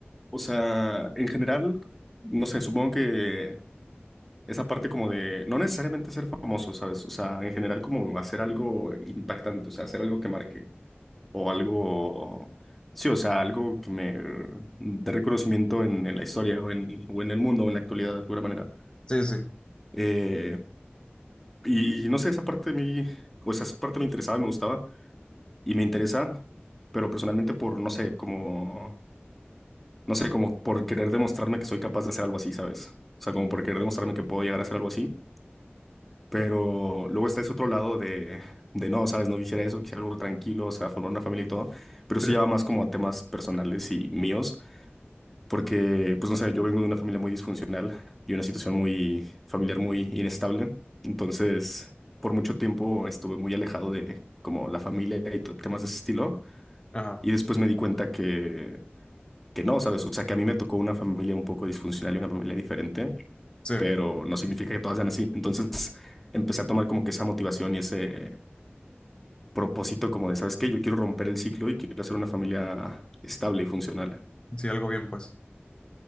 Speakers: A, in the centre; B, on the left.
A: O sea, en general, no sé, supongo que esa parte como de no necesariamente ser famoso, ¿sabes? O sea, en general como hacer algo impactante, o sea, hacer algo que marque o algo, sí, o sea, algo que me dé reconocimiento en, en la historia o en, o en el mundo o en la actualidad de alguna manera.
B: sí, sí,
A: Eh, y no sé, esa parte de mí, o sea, esa parte me interesaba y me gustaba y me interesa, pero personalmente por, no sé, como... No sé, como por querer demostrarme que soy capaz de hacer algo así, ¿sabes? O sea, como por querer demostrarme que puedo llegar a hacer algo así. Pero luego está ese otro lado de, de no, ¿sabes? No quisiera eso, quisiera algo tranquilo, o sea, formar una familia y todo. Pero eso
B: sí.
A: ya va más como a temas personales y míos, porque, pues no sé, yo vengo de una familia muy disfuncional y una situación muy familiar muy inestable. Entonces, por mucho tiempo estuve muy alejado de como la familia y t- temas de ese estilo.
B: Ajá,
A: Y después me di cuenta que, que no, ¿sabes? O sea, que a mí me tocó una familia un poco disfuncional y una familia diferente
B: sí,
A: pero no significa que todas sean así. Entonces empecé a tomar como que esa motivación y ese propósito como de, ¿sabes qué? Yo quiero romper el ciclo y quiero hacer una familia estable y funcional.
B: sí, algo bien, pues.